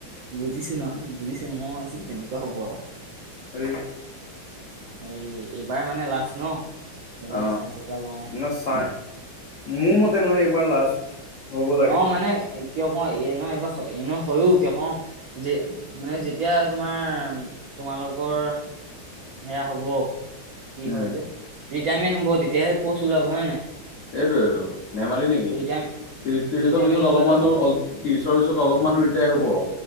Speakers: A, on the right; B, on the left.
A: বুজিছো নহয় বুজিছো মই ভাবিছিলো তেনেকুৱা হ'ব আওঁ।
B: এই
A: এই এইবাৰ মানে লাষ্ট ন। এইবাৰ
B: অঁ
A: চান্স এটা লওঁ
B: মানে চাই মোৰ মতে মানে এইবাৰ লাষ্ট। হ'ব লাগে।
A: অঁ মানে কিয় ক‌ও এ নহ এইবাৰ এনে হয়ো কিয় ক যে মানে যেতিয়া তোমাৰ তোমালোকৰ সেয়া হ'ব কি
B: উম
A: হয় যে ৰিটায়াৰমেণ্ট হ'ব তেতিয়াহে প'ষ্ট ওলাব হয়‌ নে নাই।
B: এইটোয়টো ধেমালি নেকি
A: ৰিটায়
B: ত্ৰিশ ত্ৰিশৰ
A: ৰিটায়াৰমেন্ট
B: পিছত
A: নোলালে
B: অলপ মানুহ
A: ক'ত প'ষ্ট
B: অল ত্ৰিছৰ পিছত অলপমান ৰিটায়াৰ হব,